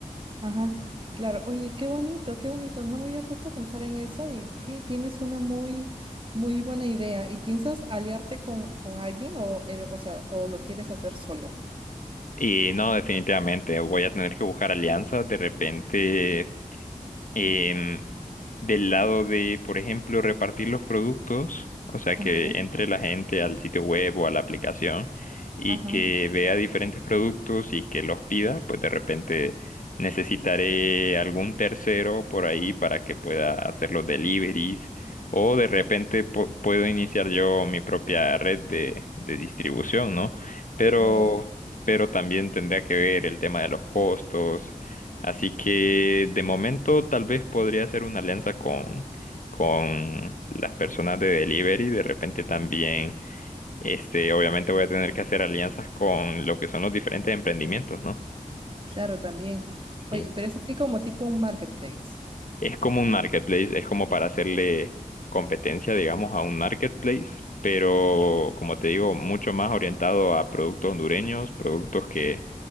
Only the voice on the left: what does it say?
Y no, definitivamente voy a tener que buscar alianzas de repente em, del lado de, por ejemplo, repartir los productos, o sea, que
entre la gente al sitio web o a la aplicación y
que vea diferentes productos y que los pida, pues de repente necesitaré algún tercero por ahí para que pueda hacer los deliveries o de repente po- puedo iniciar yo mi propia red de, de distribución, ¿no? Pero,
pero también tendría que ver el tema de los costos Así que de momento tal vez podría hacer una alianza con, con las personas de delivery. De repente también, este, obviamente voy a tener que hacer alianzas con lo que son los diferentes emprendimientos, ¿no?
Sí.
Es como un marketplace, es como para hacerle competencia, digamos, a un marketplace, pero como te digo, mucho más orientado a productos hondureños, productos que